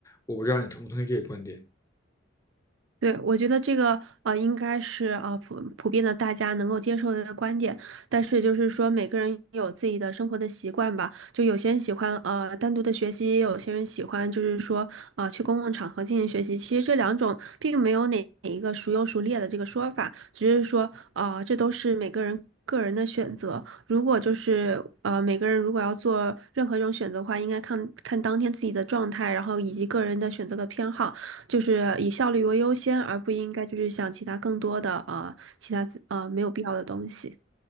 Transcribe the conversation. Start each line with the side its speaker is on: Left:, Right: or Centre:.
Left: 我不知道你同不同意这个观点。
Right: 对，我觉得这个呃，应该是呃普普遍的大家能够接受的观点，但是就是说每个人有自己的生活的习惯吧，就有些人喜欢呃单独的学习，也有些人喜欢就是说啊去公共场合进行学习。其实这两种并没有哪哪一个孰优孰劣的这个说法，只是说啊这都是每个人个人的选择。如果就是呃每个人如果要做任何一种选择的话，应该看看当天自己的状态，然后以及个人的选择的偏好。就是以效率为优先，而不应该就是想其他更多的呃其他呃没有必要的东西。